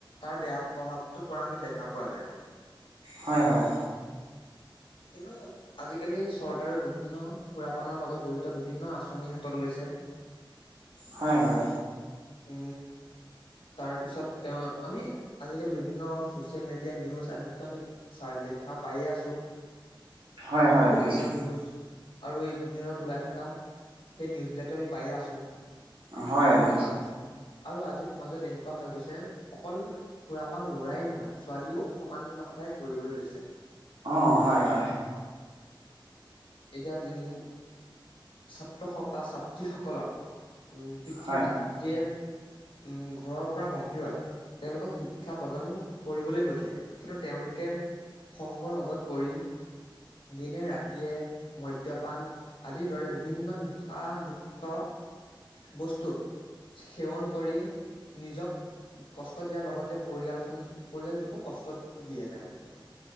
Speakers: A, on the left; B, on the right.
A: তাৰ বেয়া প্ৰভাৱতো পৰা আমি দেখা পোৱা যায় <inaudible>
B: হয় হয়
A: কিন্তু আজিকালি চৰকাৰেও বিভিন্ন সুৰাপানৰ লগত জড়িত বিভিন্ন আঁচনি হাতত লৈছে <inaudible>
B: হয় হয়
A: উ তাৰ পিছত তেওঁ আমি আজিকালি বিভিন্ন চচিয়েল মিডিয়া নিউজ আদিত আমি চ দেখা পায়ে আছো
B: হয় হয়
A: বিভিন্ন
B: দেখিছো
A: নিউজ আৰু এইকেইদিনত ওলাই থকা সেই নিউজ বিলাকতো আমি পায়ে আছো
B: অ হয় দেখিছো
A: আ আৰু আজিৰ সমাজত এনেকোৱা হৈ গৈছে অকল সুৰাপান লৰাই নহয় ছোৱালীও সমানভাৱে কৰিবলৈ লৈছে
B: অ হয় হয়
A: <inaudible> এতিয়া উম ছাত্ৰ হক বা ছাত্ৰীসকলক উম পিতৃ
B: হয়
A: মাতৃয়ে
B: হয়
A: উম ঘৰৰ পৰা বাহিৰত তেওঁলোকক শিক্ষা প্ৰদান কৰিবলৈ পঠিয়ায় কিন্তু তেওঁলোকে সংগৰ লগত পৰি দিনে ৰাতিয়ে মদ্যপান আদিৰ দৰে বিভিন্ন নিচাযুক্ত বস্তু সেৱন কৰি নিজক কষ্ট দিয়াৰ লগতে পৰিয়ালখন পৰিয়ালটোকো কষ্ট দিয়ে তেওঁলোকে